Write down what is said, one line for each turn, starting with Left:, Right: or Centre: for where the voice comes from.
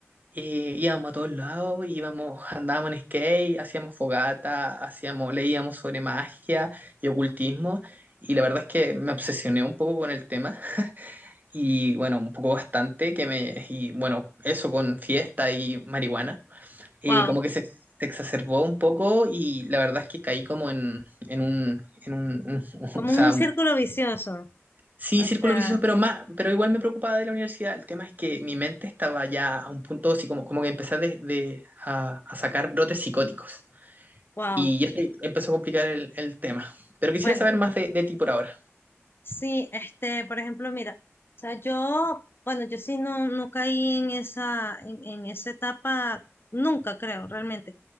Right: eh, íbamos a todos lados, íbamos, andábamos en skate, hacíamos fogata, hacíamos, leíamos sobre magia y ocultismo. Y la verdad es que me obsesioné un poco con el tema y bueno, un poco bastante que me, y bueno, eso con fiesta y marihuana, eh,
Left: Wow,
Right: como que se, se exacerbó un poco y la verdad es que caí como en, en un, en un, un- <laughs>
Left: como
Right: o sea,
Left: un círculo vicioso.
Right: Sí,
Left: O
Right: círculo
Left: sea,
Right: vicioso, pero más, pero igual me preocupaba de la universidad. El tema es que mi mente estaba ya a un punto así como, como que empecé de, de- a, a sacar brotes psicóticos.
Left: Wow,
Right: Y eso empezó a complicar el, el tema. Pero quisiera
Left: bueno,
Right: saber más de, de ti por ahora.
Left: sí, este, por ejemplo, mira, o sea, yo, bueno, yo sí no, no caí en esa, en, en esa etapa, nunca creo, realmente.